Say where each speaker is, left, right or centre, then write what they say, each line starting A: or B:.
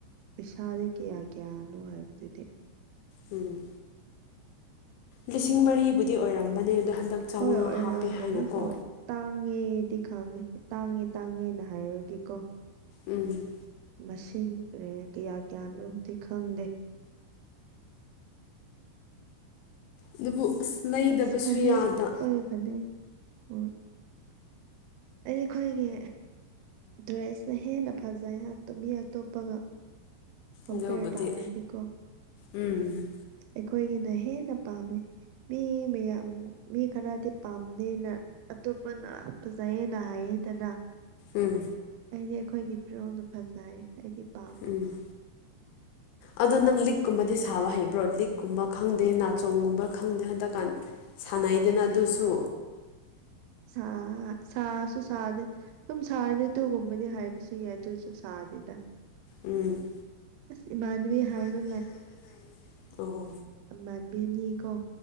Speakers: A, on the right (about 85°); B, on the left (about 85°).
A: ꯄꯩꯁꯥꯁꯦ ꯀꯌꯥ ꯀꯌꯥꯅꯣ ꯍꯥꯏꯕꯗꯨꯗꯤ꯫
B: ꯎꯝ ꯂꯤꯁꯤꯡ ꯃꯔꯤꯕꯨꯗꯤ ꯑꯣꯏꯔꯝꯕꯅꯦ ꯑꯗꯣ ꯍꯟꯗꯛ ꯆꯥꯃꯉꯥ
A: ꯍꯣꯏ ꯍꯣꯏꯔꯥꯝꯒꯅꯤ
B: ꯍꯥꯞꯄꯦ ꯍꯥꯏꯅꯀꯣ
A: ꯍꯣꯏ ꯇꯥꯡꯉꯦꯗꯤ ꯈꯥꯡꯉꯦ ꯇꯥꯡꯉꯦ ꯇꯥꯡꯉꯦꯅ ꯍꯥꯏꯕꯒꯤꯀꯣ
B: ꯎꯝ
A: ꯃꯁꯤꯡ ꯀꯔꯤ ꯀꯌꯥ ꯀꯌꯥꯅꯣꯗꯤ ꯈꯪꯗꯦ
B: ꯑꯗꯨꯕꯨ ꯑꯁ ꯂꯩꯗꯕꯁꯨ
A: ꯑꯁ ꯐꯅꯦꯛ
B: ꯌꯥꯗ
A: ꯑꯩꯈꯣꯏꯒꯤ ꯐꯅꯦꯛ ꯑꯣ ꯑꯩ ꯑꯩꯈꯣꯏꯒꯤ ꯗ꯭ꯔꯦꯁꯅ ꯍꯦꯟꯅ ꯐꯖꯩ ꯃꯤ ꯑꯇꯣꯞꯄꯒ ꯀꯝꯄꯦꯌꯔ
B: ꯑꯗꯨꯕꯨꯗꯤ
A: ꯇꯥꯧꯔꯗꯤꯀꯣ
B: ꯎꯝ
A: ꯑꯩꯈꯣꯏꯒꯤꯅ ꯍꯦꯟꯅ ꯄꯥꯝꯃꯤ ꯃꯤ ꯃꯌꯥꯝ ꯃꯤ ꯈꯔꯗꯤ ꯄꯥꯝꯅꯦꯅ ꯑꯇꯣꯞꯄꯅ ꯐꯖꯩꯌꯦꯦꯅ ꯍꯥꯏꯌꯦꯗꯅ
B: ꯎꯝ
A: ꯑꯩꯗꯤ ꯑꯩꯈꯣꯏꯒꯤ ꯐꯤꯔꯣꯜꯗ ꯐꯖꯩ ꯑꯩꯗꯤ ꯄꯥꯝꯃꯦ
B: ꯎꯝ
A: <inaudible>
B: ꯑꯗꯣ ꯅꯪ ꯂꯤꯛꯀꯨꯝꯕꯗꯤ ꯁꯥꯕ ꯍꯩꯕ꯭ꯔꯣ ꯂꯤꯛꯀꯨꯝꯕ ꯈꯪꯗꯦ ꯅꯥꯆꯣꯡꯒꯨꯝꯕ ꯈꯪꯗꯦ ꯍꯟꯗꯛꯀꯥꯟ ꯁꯥꯟꯅꯩꯗꯅ ꯑꯗꯨꯁꯨ
A: ꯑ ꯁꯥꯁꯨ ꯁꯥꯗꯦ ꯁꯨꯝ ꯁꯥꯗꯦ ꯑꯗꯨꯒꯨꯝꯕꯗꯤ ꯍꯥꯏꯕꯁꯨ ꯌꯥꯏꯗ ꯑꯗꯨꯁꯨ ꯁꯥꯗꯗ
B: ꯎꯝ
A: ꯑꯁ ꯏꯃꯥꯟꯅꯕꯤ ꯍꯥꯏꯕ
B: ꯏꯃꯥꯟꯅꯕꯤ ꯍꯥꯏꯕ ꯂꯥꯢ ꯍꯣ ꯍꯣ
A: ꯃꯥꯟꯕꯤꯅꯤꯀꯣ